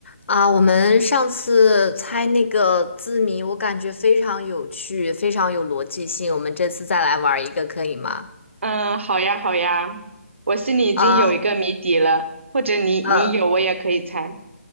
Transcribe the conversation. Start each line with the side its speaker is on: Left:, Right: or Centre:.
Left: 啊，我们上次猜那个字谜，我感觉非常有趣，非常有逻辑性。我们这次再来玩儿一个，可以吗？
Right: 嗯，好呀，好呀，我心里已经有一个谜底了，
Left: 啊，
Right: 或者你你有，
Left: 呃，
Right: 我也可以猜。